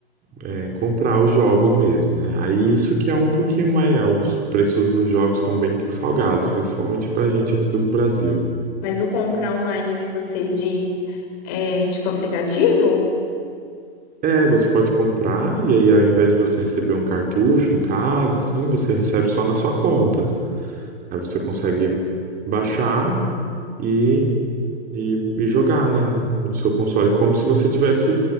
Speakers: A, on the right; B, on the left.
A: é, comprar os jogos mesmo, né? Aí isso que é um pouquinho mais. é, Os preços dos jogos estão bem salgados, principalmente pra gente aqui do Brasil.
B: Mas o comprar online que você diz é tipo aplicativo?
A: É, você pode comprar e aí ao invés de você receber um cartucho em casa, assim, você recebe só na sua conta. Aí você consegue baixar e, e, e jogar, né, no, no seu console, como se você tivesse